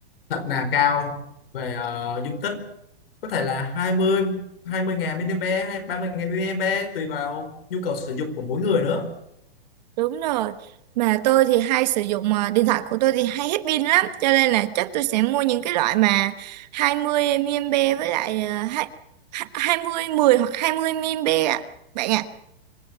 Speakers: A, on the left; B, on the right.
A: thật là cao về ờ, dung tích có thể là hai mươi hai mươi ngàn mini hay ba mươi ngàn mini tùy vào nhu cầu sử dụng của mỗi người nữa
B: đúng rồi mà tôi thì hay sử dụng ờ, điện thoại của tôi thì hay hết pin lắm cho nên là chắc tôi sẽ mua những cái loại mà 20 mAh với lại ờ, hai- hai- 20 10 hoặc 20 mAh ạ bạn ạ